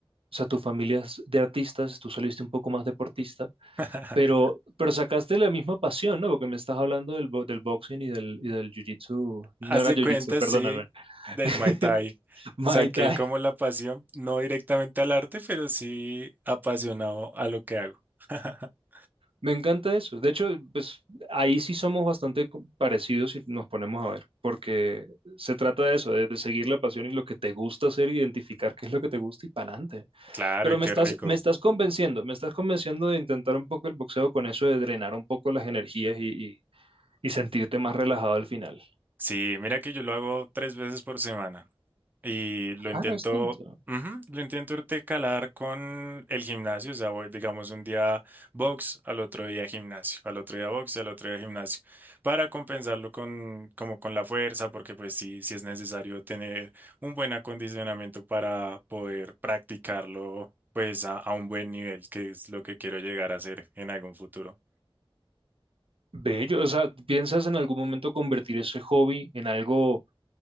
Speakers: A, on the right; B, on the right.
A: sea, tu familia es de artistas, tú saliste un poco más deportista,
B: <laughs>
A: pero, pero sacaste la misma pasión, ¿no? Porque me estás hablando del, bo- del boxing y del, y del jiu-jitsu. No
B: Haz
A: era
B: de
A: jiu-jitsu,
B: cuenta,
A: perdóname.
B: sí, del
A: <laughs>
B: Muay Thai.
A: Muay
B: Saqué
A: Thai.
B: como la pasión, no directamente al arte, pero sí apasionado a lo que hago. <laughs>
A: Me encanta eso. De hecho, pues ahí sí somos bastante co- parecidos si nos ponemos a ver, porque se trata de eso, de, de seguir la pasión y lo que te gusta hacer, identificar qué es lo que te gusta y para adelante.
B: Claro,
A: Pero
B: y qué
A: me estás,
B: rico.
A: me estás convenciendo, me estás convenciendo de intentar un poco el boxeo con eso de drenar un poco las energías y, y sentirte más relajado al final.
B: Sí, mira que yo lo hago tres veces por semana. y lo intento,
A: Ah, no es tanto.
B: ujú, lo intento intercalar con el gimnasio, o sea, voy, digamos, un día box, al otro día gimnasio, al otro día box, al otro día gimnasio, para compensarlo con, como con la fuerza, porque pues sí, sí es necesario tener un buen acondicionamiento para poder practicarlo, pues a, a un buen nivel, que es lo que quiero llegar a hacer en algún futuro.
A: Bello, o sea, ¿piensas en algún momento convertir ese hobby en algo